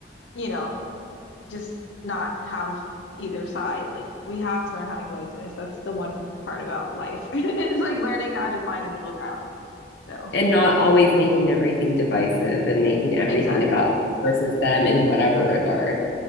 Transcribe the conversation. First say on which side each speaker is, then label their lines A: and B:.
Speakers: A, on the left; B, on the left.
A: you know just not have either side. Like we have to learn how to coexist. That's the one part about life. <laughs> is like learning how to find a middle ground. So
B: And not always making everything divisive and making everything
A: exactly.
B: about us versus them in whatever regard.